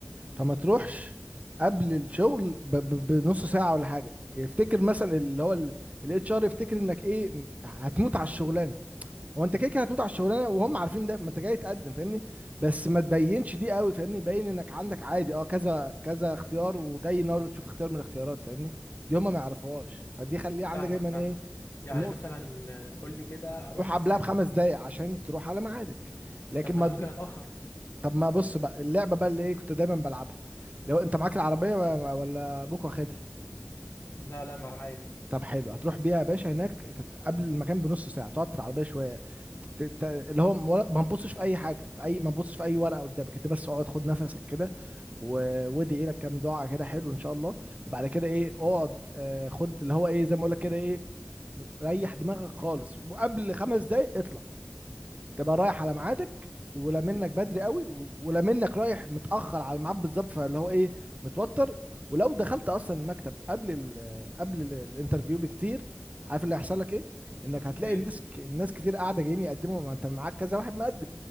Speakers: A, on the right; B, on the left.
A: فما تروحش قبل الشغل ب- ب- بنص ساعة ولا حاجة يفتكر مثلا اللي هو الاتش ار يفتكر انك ايه م- هتموت على الشغلانه هو انت كده كده هتموت على الشغلانه وهم عارفين ده ما انت جاي تقدم فاهمني بس ما تبينش دي قوي فاهمني بين انك عندك عادي اه كذا كذا اختيار وجاي النهارده تشوف اختيار من الاختيارات فاهمني دي هم ما يعرفوهاش فدي خليها عندك
B: فاهمك
A: دايما
B: فاهم
A: ايه
B: يعني
A: نقطه
B: مثلا آه، قول لي كده اروح
A: روح
B: على
A: قبلها
B: الساعه
A: بخمس
B: كام بس
A: دقايق عشان تروح على ميعادك لكن
B: طب ما
A: ما
B: انا ممكن اتاخر
A: طب ما بص بقى اللعبه بقى اللي ايه كنت دايما بلعبها لو انت معاك العربيه ولا ولا ابوك واخدها
B: لا لا معايا
A: طب حلو هتروح بيها يا باشا هناك تت- قبل المكان بنص ساعه تقعد في العربيه شويه ت- ت- ت- اللي هو مورا- ما تبصش في اي حاجه في اي ما تبصش في اي ورقه قدامك انت بس اقعد خد نفسك كده و- وادعي لك كام دعاء كده حلو ان شاء الله وبعد كده ايه اقعد آه، خد اللي هو ايه زي ما اقول لك كده ايه ريح دماغك خالص وقبل خمس دقايق اطلع تبقى رايح على ميعادك ولا منك بدري قوي و- ولا منك رايح متأخر على الميعاد بالظبط فاللي هو ايه متوتر ولو دخلت اصلا المكتب قبل ال قبل ال- الانترفيو بكتير عارف اللي هيحصل لك ايه انك هتلاقي
B: ايه
A: الناس ك- الناس كتير قاعده جايين يقدموا ما انت معاك كذا واحد مقدم